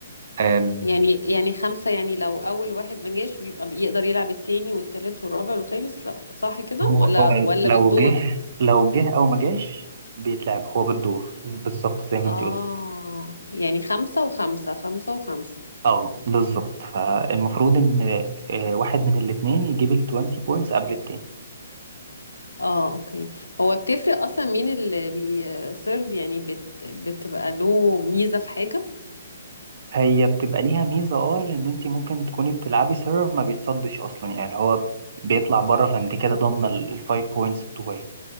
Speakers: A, on the right; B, on the left.
A: آم،
B: يعني يعني خمسة يعني لو اول واحد ما جاش بيبقى يقدر يلعب التاني والتالت والرابع والخامس لو صح كده
A: هو
B: ولا
A: هو
B: ولا
A: لو
B: بالدور
A: جه لو جه او ما جاش بيتلعب هو بالدور بالظبط زي ما
B: اه
A: انت قلت
B: يعني خمسة وخمسة خمسة وخمسة
A: اه بالظبط فالمفروض ان آه، واحد من الاتنين يجيب ال 20 بوينتس قبل التاني
B: اه اوكي هو بتفرق اصلا مين اللي بيسيرف يعني بت... بتبقى له ميزة في حاجة
A: هي بتبقى ليها ميزة اه لأن انت ممكن تكوني بتلعبي سيرف ما بيتصدش أصلا يعني هو بيطلع بره فانت كده ضامنة الفايف بوينتس بتوعك